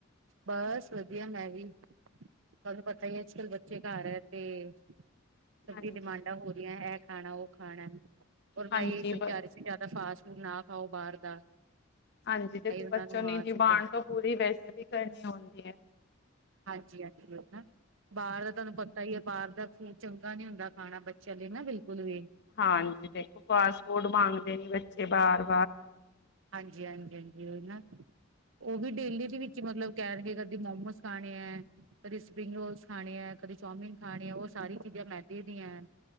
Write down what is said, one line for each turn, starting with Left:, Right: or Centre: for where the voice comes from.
Right: ਬਸ ਵਧੀਆਂ ਮੈਂ ਵੀ। ਤੁਹਾਂਨੂੰ ਪਤਾ ਈ ਐ, ਅੱਜ-ਕੱਲ ਬੱਚੇ ਘਰ ਐ ਤੇ ਸਬ
Left: ਹਾਂਜੀ।
Right: ਦੀ ਡਿਮਾਂਡਾਂ ਹੋ ਏਹ ਖਾਣਾ- ਉਹ ਖਾਣਾ ਐਂ, ਔਰ
Left: ਹਾਂਜੀ
Right: ਮੈਂ ਏਹੀ ਸਮਝਾ
Left: ਬ
Right: ਰਈ ਸੀ ਜਿਆਦਾ ਫਾਸਟ ਫੂਡ ਨਾ ਖਾਓ ਬਾਹਰ ਦਾ
Left: ਹਾਂਜੀ, ਦੇਖੋ
Right: ਇਹ ਉਹਨਾਂ
Left: ਬੱਚੋਂ
Right: ਨੂੰ
Left: ਨੀ
Right: ਹਾਂ
Left: ਡਿਮਾਂਡ
Right: ਸਮਝਾ ਰਹੀ
Left: ਤੋਂ
Right: ਸੀ
Left: ਪੂਰੀ ਵੈਸੇ ਵੀ ਕਰਨੀ ਹੁੰਦੀ ਐ।
Right: ਹਾਂਜੀ-ਹਾਂਜੀ ਲੋਕ ਨਾ, ਬਾਹਰ ਦਾ ਤੁਹਾਂਨੂੰ ਪਤਾ ਈ ਐ, ਬਾਹਰ ਦਾ ਫੂਡ ਚੰਗਾ ਨੀ ਹੁੰਦਾ ਖਾਣਾਂ ਬੱਚਿਆਂ ਲਈ ਨਾ ਬਿਲਕੁਲ ਵੀ।
Left: ਹਾਂਜੀ, ਦੇਖੋ ਫਾਸਟ-ਫੂਡ ਮੰਗਦੇ ਨੀ ਬੱਚੇ ਬਾਹਰ।
Right: ਹਾਂਜੀ-ਹਾਂਜੀ-ਹਾਂਜੀ, ਓ ਨਾ। ਉਹ ਵੀ ਡੇਲੀ ਦੇ ਵਿੱਚ ਮਤਲਬ ਕਹਿਣਗੇ, ਕਦੀ ਮੋਮੋਸ ਖਾਣੇ ਐਂ। ਕਦੇ ਸਪਰਿੰਗ ਰੋਲਸ ਖਾਣੇ ਐਂ, ਕਦੇ ਚੌਮਿਨ ਖਾਣੇ ਐਂ, ਉਹ ਸਾਰੀ ਚੀਜ਼ਾਂ ਮੈਦੇ ਦੀਆਂ ਐਂ।